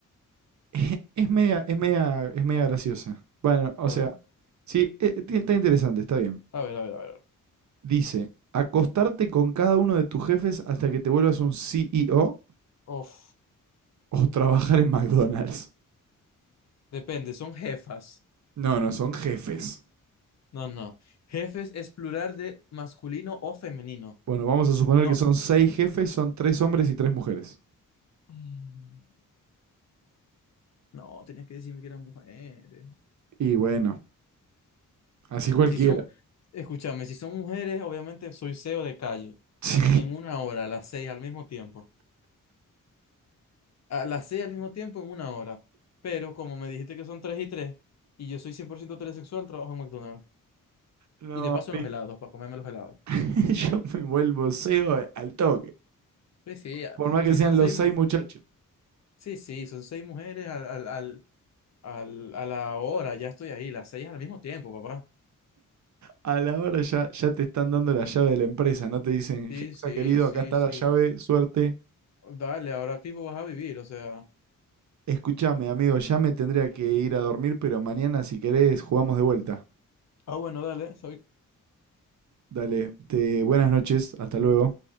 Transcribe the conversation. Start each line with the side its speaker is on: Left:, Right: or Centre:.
Right: <laughs> Es media, es media, es media graciosa. Bueno, o
Left: A
Right: sea,
Left: ver,
Right: sí, eh, ti- está interesante, está bien.
Left: a ver, a ver, a ver.
Right: Dice, acostarte con cada uno de tus jefes hasta que te vuelvas un CEO
Left: Uf,
Right: o trabajar en McDonald's.
Left: depende, son jefas.
Right: No, no, son jefes.
Left: No, no. Jefes es plural de masculino o femenino.
Right: Bueno, vamos a suponer
Left: No.
Right: que son seis jefes, son tres hombres y tres mujeres.
Left: Mm, No, tenías que decirme que eran mujeres.
Right: Y bueno, así cualquiera.
Left: Si son, escúchame, si son mujeres, obviamente soy CEO de calle.
Right: <laughs> Sí.
Left: En una hora, a las seis al mismo tiempo. A las seis al mismo tiempo, en una hora. Pero como me dijiste que son tres y tres, y yo soy 100% heterosexual, trabajo en McDonald's.
Right: No,
Left: Y de paso
Right: a
Left: en
Right: mí-
Left: los helados, para comerme los helados.
Right: <laughs> yo me vuelvo CEO al toque.
Left: Sí, sí, ya.
Right: Por más
Left: Si
Right: que sean
Left: son seis,
Right: los seis muchachos.
Left: Sí, sí, son seis mujeres al, al, al, al- a la hora, ya estoy ahí, las seis al mismo tiempo, papá.
Right: A la hora ya, ya te están dando la llave de la empresa, no te dicen,
Left: Sí,
Right: Hexa
Left: sí,
Right: querido,
Left: sí,
Right: acá está
Left: sí.
Right: la llave, suerte.
Left: Dale, ahora aquí vos vas a vivir, o sea.
Right: Escúchame, amigo, ya me tendría que ir a dormir, pero mañana si querés jugamos de vuelta.
Left: Ah, bueno, dale, está bien.
Right: Dale, te, buenas noches, hasta luego.